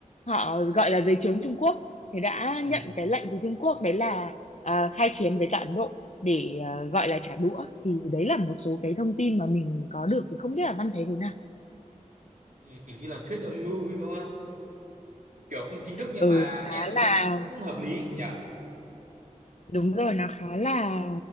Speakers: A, on the left; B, on the right.
A: họ gọi là dưới trướng Trung Quốc thì đã
B: Ừ.
A: nhận cái lệnh từ Trung Quốc đấy là à, khai chiến với cả Ấn Độ để à, gọi là trả đũa thì đấy là một số cái thông tin mà mình có được thì không biết là Văn thấy thế nào
B: Ừ, Kiểu như là thuyết âm mưu ấy đúng không? Kiểu không chính thức nhưng
A: ừ
B: mà
A: khá
B: nghe nó cũng
A: là
B: cũng cũng hợp lý nhỉ?
A: Đúng rồi, nó khá là